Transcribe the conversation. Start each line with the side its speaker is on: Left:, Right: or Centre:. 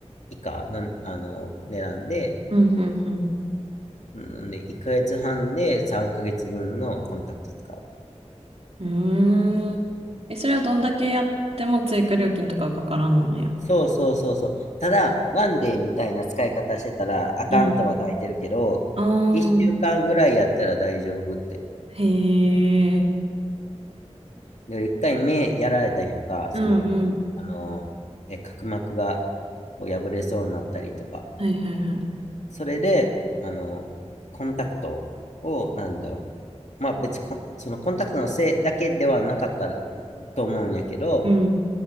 Left: 以下の、あの、値段で、
Right: うん、
Left: んなんで、1ヶ月半で3ヶ月分のコンタクト使う。
Right: うん。うーん。え、それはどんだけやっても追加料金とかはかからんのや。
Left: そうそうそうそう。ただ、ワンデーみたいな使い方してたら、あかんとは書いてるけど、
Right: うん。ああ、
Left: 1週間ぐらいやったら大丈夫って。
Right: へえ、
Left: で、1回目やられたんやんか、
Right: うん、
Left: その、
Right: うん。
Left: あの、え、角膜がこう破れそうになったりとか。
Right: はいはいはい。
Left: それで、あの、コンタクトを、なんだろうまあ別にコン、そのコンタクトのせいだけではなかったらと思うんやけど、
Right: うん